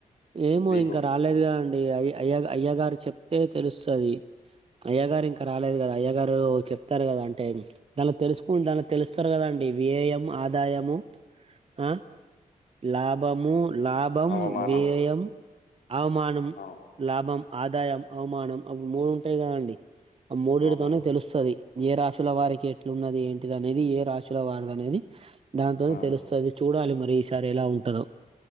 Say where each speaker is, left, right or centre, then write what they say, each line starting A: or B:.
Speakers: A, on the right (about 40°); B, on the left (about 85°).
A: ఏమో
B: మీకు
A: ఇంకా రాలేదు కదండి అయ అయ్య అయ్య గారు చెప్తే తెలుస్తది. అయ్య గారు ఇంకా రాలేదు కదా అయ్య గారు చెప్తారు కదా అంటే దానిలో తెలుసుకున్ దానిలో తెలుస్తారు కదా అం అండి వియ్యయము ఆదాయము ఆ లాభము లాభం.
B: అవమానం
A: వ్యయయం అవమానం
B: ఆ
A: లాభం ఆదాయం అవమానం అప్పుడు మూడు ఉంటాయి కదా అండి ఆ మూడుటితోనే
B: అవును
A: తెలుస్తది ఏ రాశ్ ల వారికి ఎట్లున్నది ఏంటి అనేది ఏ రాశుల వారి అనేది దాంతో
B: ఆ
A: తెలుస్తది చూడాలి మ ఈ సారి ఎలా ఉంటదొ